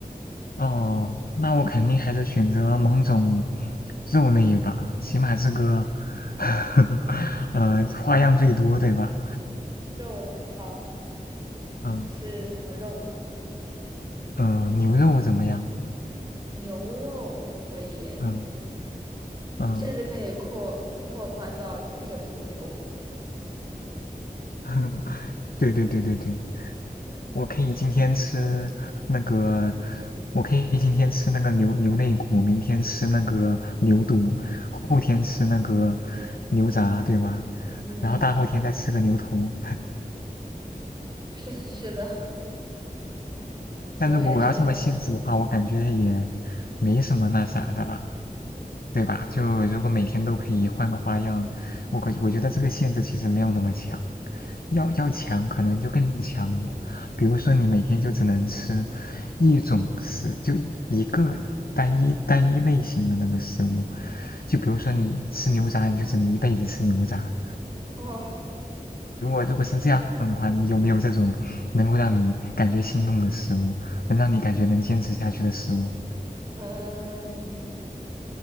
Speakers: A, on the left (about 70°); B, on the right (about 30°).
A: 哦，那我肯定还是选择某种肉类吧，起码这个，<laughs> 呃，花样最多，对吧？
B: 肉类好，
A: 嗯
B: 是什么肉呢？
A: 嗯、呃牛肉怎么样？
B: 牛肉可以，
A: 嗯嗯，
B: 你甚至可以扩扩宽到就是一整头牛。
A: <laughs> 对对对对对，我可以今天吃那个，我可以今天吃那个牛牛肋骨，明天吃那个牛肚，后天吃那个牛杂，对吧？
B: 嗯，
A: 然后大后天再吃个牛头。
B: <laughs> 是是的，<laughs> 牛也是。
A: 但如果我要这么限制的话，我感觉也没什么那啥的了，对吧？
B: 嗯，
A: 就如果每天都可以换个花样，我感我觉得这个限制其实没有那么强，要要强可能就更强点。比如说你每天就只能吃一种食，就一个单一单一类型的那个食物，就比如说你吃牛杂，你就只能一辈子吃牛杂。
B: 哇，
A: 如果如果是这样，你有没有这种能够让你感觉心动的食物，能让你感觉能坚持下去的食物？
B: 嗯，